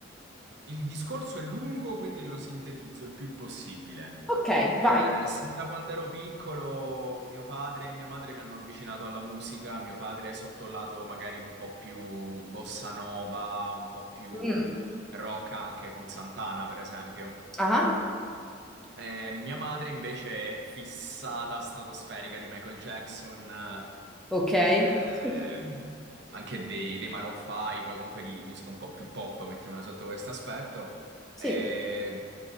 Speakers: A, on the right; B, in the centre.
A: Il discorso è lungo, quindi lo sintetizzo il più possibile.
B: Ok,
A: Eh,
B: vai.
A: sin da quando ero piccolo, mio padre e mia madre mi hanno avvicinato alla musica. Mio padre è sotto il lato magari un po' più bossa nova, un po' più
B: Mm.
A: rock anche con Santana, per esempio.
B: Ah,
A: Eh, mia madre invece è fissata stratosferica di Michael Jackson. eh,
B: ok.
A: eh,
B: <laughs>
A: anche dei, dei Maroon 5, comunque di musica un po' più pop, mettiamola sotto questo aspetto.
B: Sì.
A: E